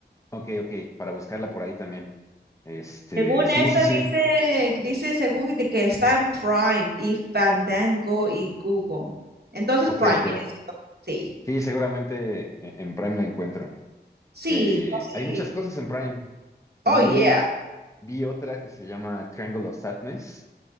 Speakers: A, on the left; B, on the right.
A: Ok, ok, para buscarla por ahí también. Este,
B: Según
A: sí,
B: esto
A: sí, sí.
B: dice, dice según de que está en Prime y Fandango y Google. Entonces
A: Ok,
B: Prime
A: ok.
B: viene siendo. Sí.
A: Sí, seguramente e- en Prime la encuentro.
B: Sí,
A: Eh,
B: casi.
A: hay muchas cosas en Prime. También
B: Oh yeah.
A: vi, vi otra que se llama Triangle of Sadness